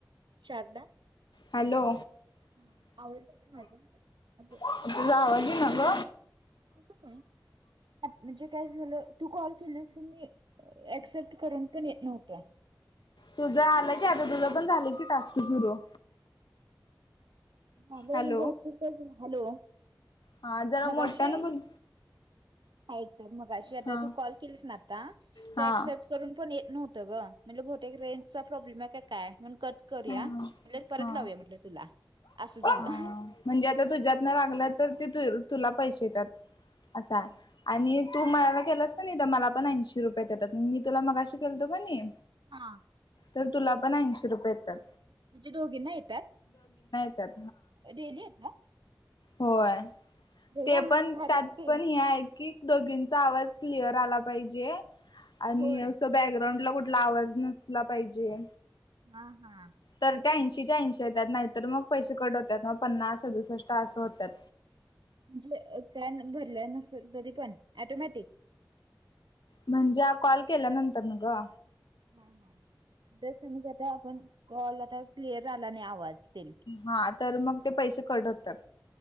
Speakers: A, on the right (about 80°); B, on the left (about 70°).
A: Sharda.
B: Hello.
A: ह आवज झाला माझा
B: तुझा आवाज येईना
A: त
B: ग
A: म्हणजे काय झालं तू कॉल केली अस मी ऍक्सेप्ट करून पण येत नव्हत्या.
B: तुझं आलं की आता तुझं पण झालं कि टास्क सुरू.
A: माझ म्हणजे
B: हॅलो
A: ऍक्चली हॅलो.
B: हा जरा
A: मगाशी
B: मोठ्यानं बोल
A: ऐक तर मगाशी आता
B: हा
A: तू कॉल केलीस ना आता
B: हा
A: ते ऍक्सेप्ट करून पण न्ह ग म्हणजे भोटे एक रेंजचा प्रॉब्लेम आहे काय? म्हणून कट करूया
B: हा हा
A: म्हणज परत
B: हा
A: लावूया म्हटलं तुला असं
B: हा
A: झालं.
B: म्हणजे आता तुझ्यातन लागलं तर ते तुला पैसे येतात असा आहे. आणि तू
A: हा
B: मला केलास का नाही तर मला पण ऐंशी रुपये देतात मी तुला मगाशी केलतो कणी.
A: हा.
B: तर तुला पण ऐंशी रुपये. येतात
A: म्हणजे दोघीना येतात.
B: त्यात.
A: डेली येतात?
B: होय
A: अरे
B: ते
A: वा!
B: पण
A: भारीच
B: त्यात
A: की.
B: पण हे आहे की दघींचा आवाज क्लिअर आला पाहिजे आणि
A: होय.
B: असं बॅकग्राउंड तला कुठला आवाज नसला पाहिजे.
A: ह हा.
B: तर त्या ऐंशीच्या ऐंशी येत्याात नाही तर मग पैसे कट होतात मग पन्नास सदुसष्ट असं होतात.
A: म्हणजे काय भरलं नसेल तरी पण ऑटोमॅटिक.
B: म्हणजे कॉल केला नंतर न ग.
A: ह हस मता आपण कल क्लिअर झाला नाही आवाज ते
B: हा तर मग ते पैसे कट होतात.